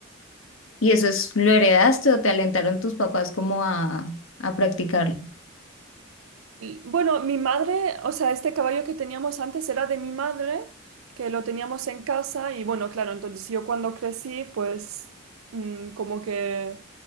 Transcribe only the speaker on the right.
L- Bueno, mi madre, o sea, este caballo que teníamos antes era de mi madre, que lo teníamos en casa y bueno, claro, entonces yo cuando crecí, pues mm, como que,